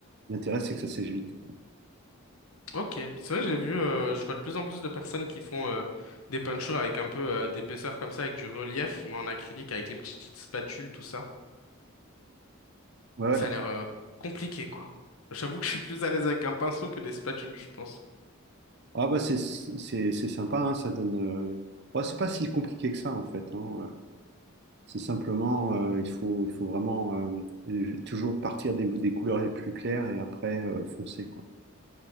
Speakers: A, on the right; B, on the left.
A: l'intérêt c'est que ça sèche vite.
B: ok. C'est vrai que j'ai vu, euh, je vois de plus en plus de personnes qui font euh, des peintures avec un peu euh, d'épaisseur comme ça, avec du relief, mais en acrylique, avec les petites spatules, tout ça.
A: Ouais,
B: Mais
A: ouais.
B: ça a l'air euh, compliqué, quoi. J'avoue que je suis plus à l'aise avec un pinceau que des spatules, je pense.
A: Ah bah c'est c'est- c'est sympa, hein, ça donne. euh, ouais, c'est pas si compliqué que ça en fait. hein. C'est simplement, euh, il faut, il faut vraiment euh, toujours partir des, des couleurs les plus claires et après euh, foncer, quoi.